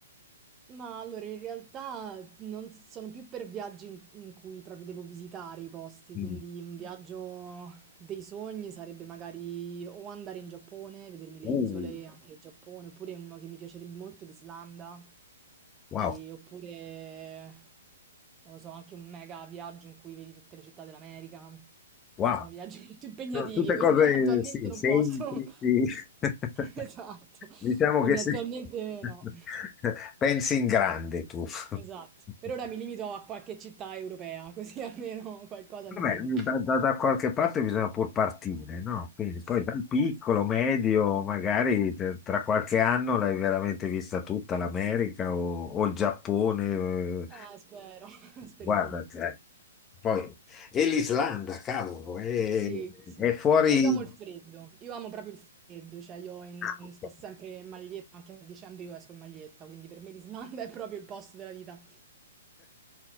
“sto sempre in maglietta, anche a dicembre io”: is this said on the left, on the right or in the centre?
Right